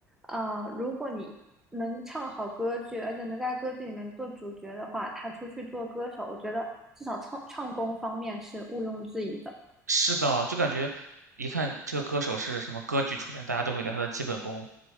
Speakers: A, in the centre; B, on the right.
A: 呃，如果你能唱好歌剧，而且能在歌剧里面做主角的话，他出去做歌手，我觉得至少唱唱功方面是毋庸置疑的。
B: 是的，就感觉一看这个歌手是什么歌剧出身，大家都会对他的基本功